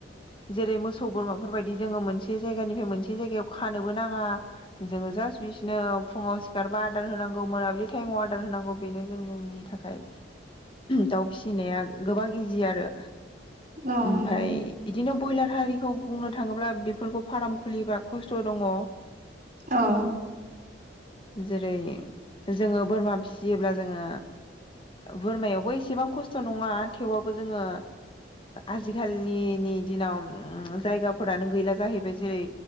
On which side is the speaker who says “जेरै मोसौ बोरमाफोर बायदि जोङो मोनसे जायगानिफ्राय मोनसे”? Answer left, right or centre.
Left